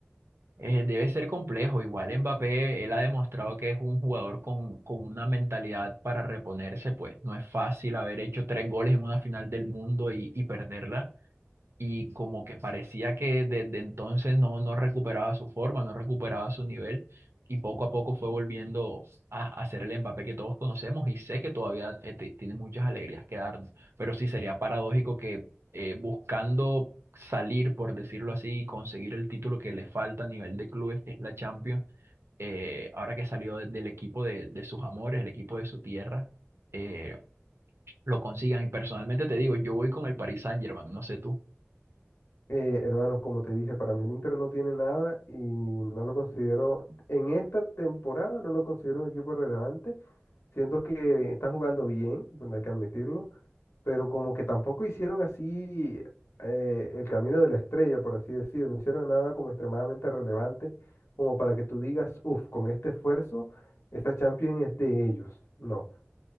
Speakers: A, on the right (about 65°); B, on the left (about 70°).
A: Eh, debe ser complejo. Igual Mbappé, él ha demostrado que es un jugador con, con una mentalidad para reponerse, pues no es fácil haber hecho tres goles en una final del mundo y, y perderla. y como que parecía que desde entonces no, no recuperaba su forma, no recuperaba su nivel y poco a poco fue volviendo a, a ser el Mbappé que todos conocemos y sé que todavía eh, te- tiene muchas alegrías que darnos, pero sí sería paradójico que eh, buscando salir, por decirlo así, y conseguir el título que le falta a nivel de clubes, que es la Champions, eh, ahora que salió de- del equipo de, de sus amores, el equipo de su tierra, eh, lo consigan. Y personalmente te digo, yo voy con el Paris Saint-Germain, no sé tú.
B: Eh, hermano, como te dije, para mí el Inter no tiene nada y no lo considero, en esta temporada no lo considero un equipo relevante Siento que están jugando bien, bueno, hay que admitirlo, pero como que tampoco hicieron así eh, el camino de la estrella, por así decirlo, no hicieron nada como extremadamente relevante, como para que tú digas, uff, con este esfuerzo, esta Champions es de ellos. No.